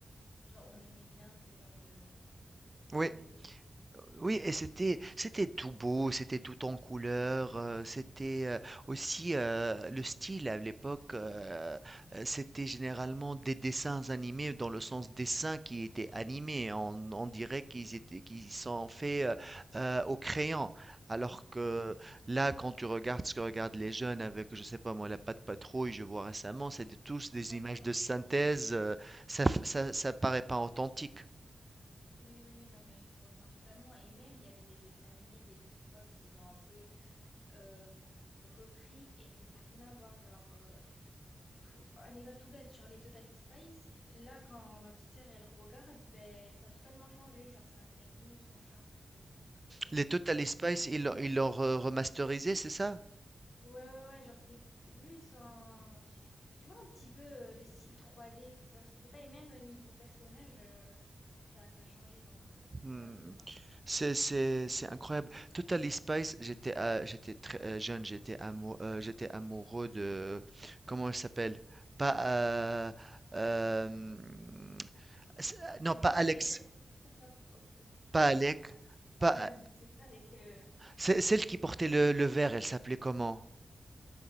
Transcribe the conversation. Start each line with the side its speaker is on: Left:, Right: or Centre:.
Left: Genre, on aimait bien ce genre de,
Right: Oui,
Left: de dessin.
Right: Oui et c'était c'était tout beau, c'était tout en couleurs, heu, c'était, heu, aussi, heu, le style à l'époque, heu, heu, c'était généralement des dessins animés dans le sens dessin qui était animé. On on dirait qu'ils étaient qu'ils sont faits, heu, heu, au crayon. Alors que
Left: Oui,
Right: là, quand tu regardes ce que regardent les jeunes avec, je sais pas moi, la Patte Patrouille, je vois récemment, c'est des tous des
Left: 3D,
Right: images
Left: hein.
Right: de synthèse, heu, ça f ça
Left: Mm.
Right: ça paraît pas authentique.
Left: Oui, oui, oui, non, mais je te rejoins totalement. Et même, il y avait des dessins animés de l'époque qu'ils ont un peu euh, repris et que ça n'a rien à voir. Genre, euh, tout- un exemple tout bête, genre les Total Spice, là, quand ma petite sœur, elle regarde, ben, ça a totalement changé. Genre, ça a perdu son charme, je trouve. Donc, euh,
Right: Les
Left: c'est
Right: Total
Left: un peu dommage.
Right: Spice, ils l'ont ils l'ont re remasterisé, c'est ça?
Left: Ouais, ouais, ouais, genre, c'est plus en... j'ai- Tu vois un petit peu euh, le style 3D. Genre, je sais pas, et même euh, niveau personnage, euh, ça, ça a changé. Donc, euh,
Right: Hmm.
Left: c'est un peu dommage.
Right: C'est c'est c'est incroyable. Total Spice, j'étais à- j'étais très euh, jeune, j'étais amou- euh, j'étais amoureux de comment elle s'appelle? Pas euh, euh, hmm, c'est- euh, non,
Left: Euh, Déjà,
Right: pas Alex,
Left: déjà, ok. Pas
Right: pas
Left: Alex,
Right: Alec,
Left: ah,
Right: pas
Left: John,
Right: A-
Left: c'est ça avec... euh,
Right: c'est celle qui portait le, le verre, elle s'appelait comment?